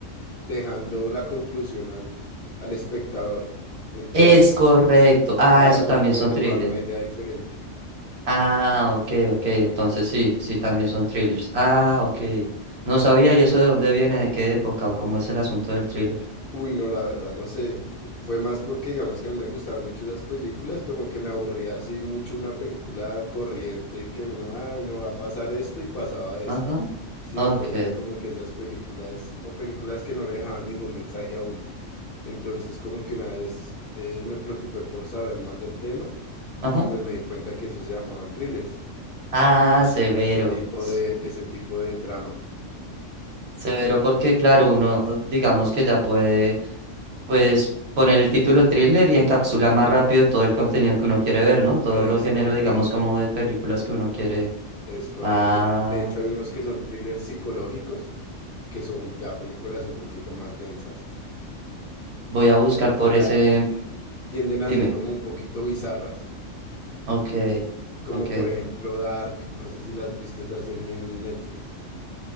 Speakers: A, on the left; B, on the right.
A: dejando la conclusión al, al espectador. Entonces,
B: Es correcto. Ah,
A: cada
B: eso
A: cual
B: también
A: puede
B: son
A: tomar
B: thrillers.
A: una idea diferente.
B: Ah, ok, ok. Entonces sí, sí, también son thrillers. Ah, ok. No sabía y eso de dónde viene, de qué época o cómo es el asunto del thriller.
A: Uy, no, la verdad, no sé. Fue más porque, digamos, que a mí me gustaban mucho esas películas, como que me aburría así mucho una película corriente que uno, ay, no va a pasar esto y pasaba eso.
B: Ajá.
A: Sí,
B: Ok.
A: entonces como que esas películas o películas que no le dejaban ningún mensaje a uno. Entonces como que una vez eh, me preocupé por saber más del tema
B: Ajá.
A: y pues me di cuenta que eso se llamaban thrillers,
B: Ah, severo.
A: ese tipo
B: se-
A: de, ese tipo de trama.
B: Severo porque, claro, uno digamos que ya puede, pues, poner el título thriller y encapsula más rápido todo el contenido que uno quiere ver, ¿no? Todo
A: Es
B: los género,
A: correcto,
B: digamos, como de películas que uno quiere.
A: es correcto.
B: Ah,
A: De hecho, hay unos que son thrillers psicológicos que son ya películas un poquito más densas,
B: voy a buscar
A: que
B: por
A: realmente
B: ese.
A: tienden
B: Dime.
A: a ser como un poquito bizarras,
B: Ok,
A: como
B: ok.
A: por ejemplo Dark, no sé si las viste esa serie en Netflix.